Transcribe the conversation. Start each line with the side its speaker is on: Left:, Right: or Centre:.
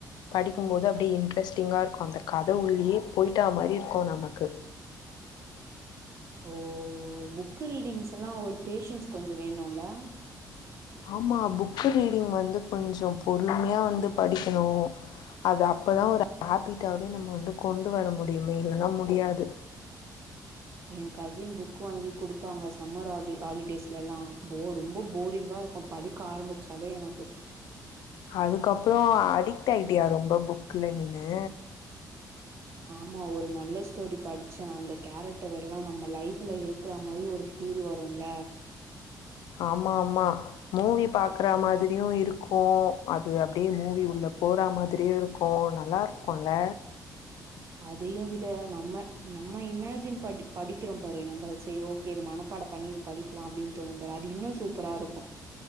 Left: படிக்கும்போது அப்டியே இன்ட்ரெஸ்டிங்கா இருக்கும் அந்த கத உள்ளயே போயிட்டா மாரி இருக்கும் நமக்கு
Right: ஓ புக் ரீடிங்ஸ்லாம் ஒரு பேஷன்ஸ் கொஞ்சம் வேணும்ல
Left: ஆமா புக் ரீடிங் வந்து கொஞ்ச பொறுமையா வந்து படிக்கணும் அது அப்பதான் ஒரு ஹேபிட்டாவே நம்ம வந்து கொண்டு வர முடியுமே இல்லன்னா முடியாது
Right: என் கசின் புக் வாங்கி குடுப்பாங்க சம்மர் ஹாலி ஹாலிடேஸ்லலாம் போர் ரொம்ப போரிங்கா இருக்கும் படிக்க ஆரம்பிச்சாலே எனக்கு
Left: அதுக்கப்புறம் அடிக்ட் ஆயிட்டியா ரொம்ப புக்ல நீனு
Right: ஆமா ஒரு நல்ல ஸ்டோரி படிச்சேன் அந்த கேரக்டர் எல்லாம் நம்ம லைஃப்ல இருக்குற மாரி ஒரு ஃபீல் வரும்ல
Left: ஆமா ஆமா மூவி பாக்குற மாதிரியும் இருக்கும் அது அப்டியே மூவி உள்ள போற மாதிரியும் இருக்கும் நல்லா இருக்கும்ல
Right: அதையும் விட நம்ம நம்ம இமேஜின் படி படிக்கிறோம் பாரு நம்ம சேரி ஓகே இது மனப்பாட பண்ணி இது படிக்கலாம் அப்டின்னு தோணும் பாரு அது இன்னும் சூப்பரா இருக்கு